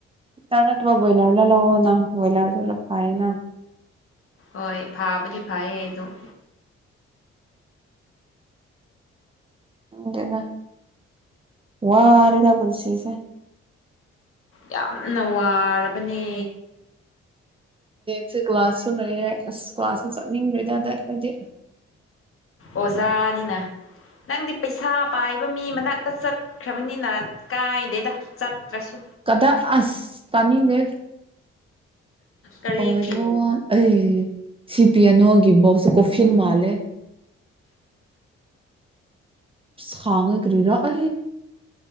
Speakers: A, on the right; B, on the left.
A: ꯇꯅ ꯊꯨ ꯭ꯔꯣꯏꯂꯔ ꯂꯑꯣꯅꯥ ꯭ꯔꯣꯣꯏꯂꯔꯁꯨ ꯂ ꯐꯑꯅ
B: ꯍꯣꯏ ꯐꯥꯕꯔꯤ ꯐꯥꯏꯥꯏꯗ <inaudible>
A: ꯗꯅ ꯋꯥꯔꯦꯗ ꯄꯨꯟꯁꯤꯁꯦ
B: ꯌꯥꯝꯅ ꯋꯥꯔꯕꯅꯦ
A: ꯀ ꯀ꯭ꯂꯁꯨ ꯂꯩ ꯑ ꯀ꯭ꯂꯥꯁ ꯆꯔꯤꯗꯥꯗꯖꯤ
B: ꯑꯣꯖꯥꯅꯤꯅ ꯅꯪꯗꯤ ꯄꯩꯁꯥ ꯄꯥꯏꯕ ꯃꯤ ꯃꯅꯥꯛꯇ ꯆꯠꯈ꯭ꯔꯕꯅꯤꯅ ꯀꯥꯏꯗꯦꯗ ꯆꯠꯇ꯭ꯔꯁꯨ
A: ꯀꯗꯥ ꯑꯁ ꯇꯥꯅꯤꯒꯦ
B: ꯀꯔꯤꯒꯤ
A: ꯑꯣꯗꯣ ꯑꯩ ꯁꯤ ꯄꯤꯌꯥꯅꯣꯒꯤ ꯕꯣꯛꯁ ꯀꯣꯐꯤꯟ ꯃꯥꯜꯂꯦ ꯈꯥꯡꯉꯒꯔꯤꯔꯥ ꯑ